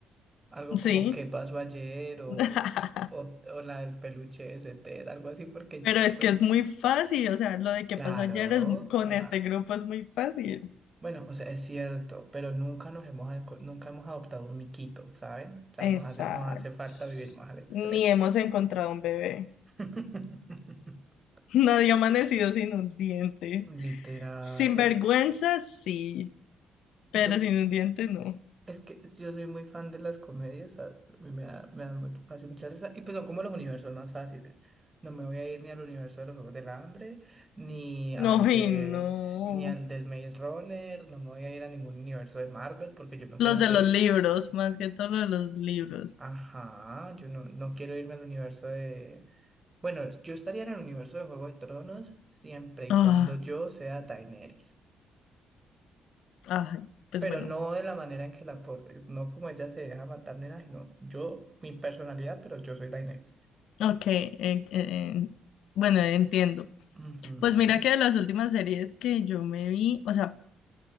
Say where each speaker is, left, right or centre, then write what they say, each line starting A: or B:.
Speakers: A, on the right; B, on the left.
A: Algo
B: Sí.
A: como ¿Qué pasó ayer? o,
B: <laughs>
A: o, o la del peluche ese Ted, algo así, porque
B: Pero
A: yo,
B: es
A: pues,
B: que es muy fácil, o sea, lo de que
A: claro,
B: pasó ayer es,
A: o
B: con
A: sea,
B: este grupo es muy fácil.
A: bueno, o sea, es cierto, pero nunca nos hemos, enco- nunca hemos adoptado un miquito, ¿saben? O sea,
B: Exacto.
A: nos hace, nos hace falta vivir más al extremo.
B: Ni hemos encontrado un bebé.
A: <laughs>
B: <laughs> Nadie ha amanecido sin un diente.
A: Literal.
B: Sin
A: eh,
B: vergüenza, sí,
A: yo,
B: pero sin un diente no.
A: Es que yo soy muy fan de las comedias, a- mí me da, me da muy fácil mucha risa, y pues son como los universos más fáciles. No me voy a ir ni al universo de los Juegos del Hambre, ni al
B: No,
A: de,
B: y no.
A: ni al del Maze Runner, no me voy a ir a ningún universo de Marvel, porque yo no quiero
B: Los de
A: que,
B: los libros, más que todo lo de los libros.
A: ajá, yo no, no quiero irme al universo de, bueno, yo estaría en el universo de Juego de Tronos siempre y
B: Ah,
A: cuando yo sea Daenerys.
B: ay, pues
A: pero
B: bueno.
A: no de la manera en que la, por- no como ella se deja matar nena, sino yo, mi personalidad, pero yo soy Daenerys.
B: Ok, eh, eh, bueno, entiendo.
A: Ujú.
B: Pues mira que de las últimas series que yo me vi, o sea,